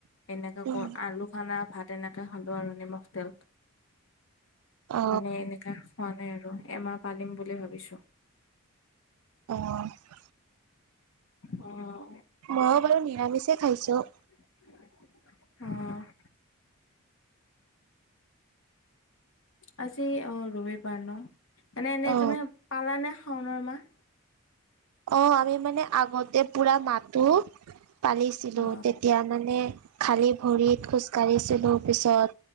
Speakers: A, on the left; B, on the right.
A: এনেকা
B: উম
A: ক আলু- সনা ভাত এনেকে খালো আৰু নিমখ, তেল।
B: অ
A: মানে এনেকা খোৱা নাই আৰু এমাহ পালিম বুলি ভাবিছোঁ।
B: অঁ'।
A: অঁ'।
B: মইয়ো বাৰু নিৰামিষে খাইছোঁ।
A: অঁ'। আজি অঁ ৰবিবাৰ ন, মানে এনেই
B: অ
A: তুমি পালানে শাওনৰ মাহ?
B: অঁ আমি মানে আগতে পুৰা মাহতো পালিছিলো,
A: অ
B: তেত- তিয়া মানে খালী ভৰিত খোজ কাঢ়িছিলোঁ পিছত।